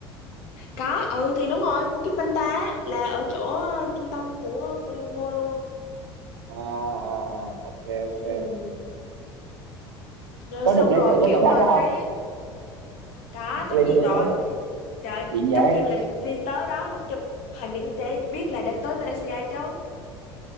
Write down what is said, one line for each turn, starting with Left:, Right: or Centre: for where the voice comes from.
Left: có ừ thì đúng rồi Bukit Banta á, là ở chỗ ờ, trung tâm của Kuala Lumpur luôn
Right: À, à, à, ok,
Left: ừ.
Right: ok.
Left: rồi
Right: Có
Left: xong
Right: được lên
Left: rồi
Right: thử cái
Left: kiểu
Right: tòa tháp
Left: ờ,
Right: đó không?
Left: thấy đó
Right: Lên
Left: tất nhiên
Right: thử tòa
Left: rồi
Right: tháp không?
Left: Trời,
Right: Chuyện vậy.
Left: tất nhiên là đi tới đó phải chụp hình để, để biết là đã tới Malaysia chứ